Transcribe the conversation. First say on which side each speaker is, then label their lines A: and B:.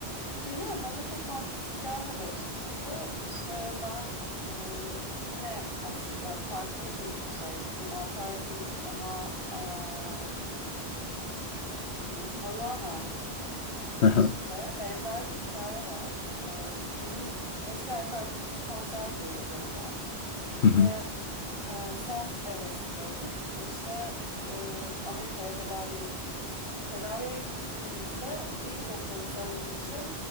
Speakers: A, on the left; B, on the left.
A: bilmiyorum bana çok mantıksız gelmedi açıkçası. İşte ben e, yine aslında farklı bir şey. Bu mantar değil ama em, ne diyeyim? Maruana
B: <laughs>
A: içinde benzer bir hikaye var. Ee, Benim eski erkek arkadaşım kanserdi Görkem
B: Hı hı.
A: ve e, son evresindeydik. İşte e, Amerika'ya tedaviye gittik. Tedaviye gittiğimizde ilk doktorun söylediği şey